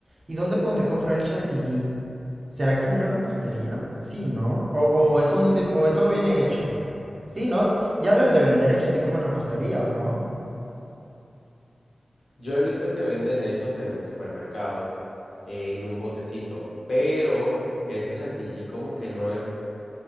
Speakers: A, on the right; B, on the left.
A: ¿Y dónde podré comprar el chantilly? ¿Será que en una repostería? Sí, ¿no? O, o eso no se, o eso no viene hecho. Sí, ¿no? Ya deben de vender hecho así como en reposterías, ¿no?
B: Yo he visto que venden hechos en supermercados eh, en un botecito, pero ese chantilly como que no es